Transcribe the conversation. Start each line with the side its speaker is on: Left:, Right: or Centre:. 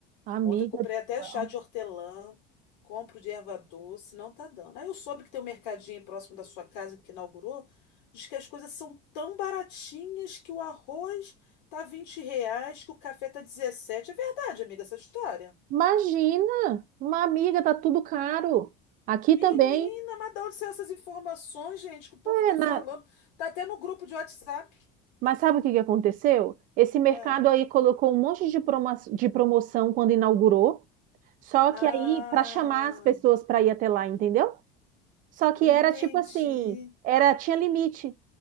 Right: Amiga,
Left: Ontem eu comprei
Right: do
Left: até
Right: céu.
Left: chá de hortelã, compro de erva doce, não tá dando. Aí eu soube que tem um mercadinho próximo da sua casa que inaugurou, diz que as coisas são tão baratinhas que o arroz tá 20 reais, que o café tá dezessete. É verdade, amiga, essa história?
Right: imagina! Uma amiga, tá tudo caro. Aqui
Left: Menina,
Right: também.
Left: mas de onde são essas informações, gente, que o povo
Right: É,
Left: tá
Right: na-
Left: falando? Tá até no grupo de WhatsApp.
Right: Mas sabe o que que aconteceu? Esse mercado
Left: Ah,
Right: aí colocou um monte de, promo- de promoção quando inaugurou, só
Left: ah
Right: que aí, para chamar as pessoas para ir até lá, entendeu? Só que
Left: entendi.
Right: era tipo assim, era tinha limite.